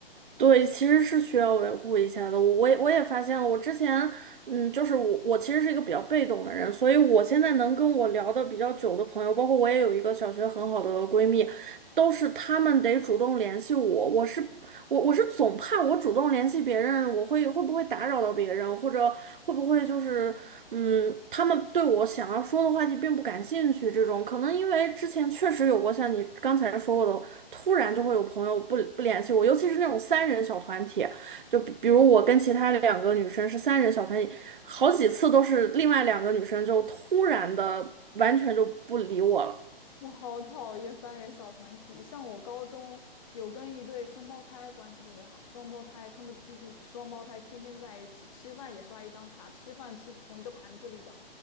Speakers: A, on the right (about 55°); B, on the left (about 35°).
A: 对，其实是需要维护一下的。我我也我也发现了，我之前，嗯，就是我我其实是一个比较被动的人，所以我现在能跟我聊的比较久的朋友，包括我也有一个小学很好的闺蜜，都是她们得主动联系我。我是我我是总怕我主动联系别人，我会会不会打扰到别人，或者会不会就是，嗯，他们对我想要说的话题并不感兴趣这种。可能因为之前确实有过像你刚才说过的。突然就会有朋友不不联系我，尤其是那种三人小团体，就比比如我跟其他两个女生是三人小团体，好几次都是另外两个女生就突然的完全就不理我了。
B: 我好讨厌三人小团体，像我高中有跟一对双胞胎关系特别好，双胞胎他们毕竟双胞胎天天在一起，吃饭也刷一张卡，吃饭吃同一个盘子里的，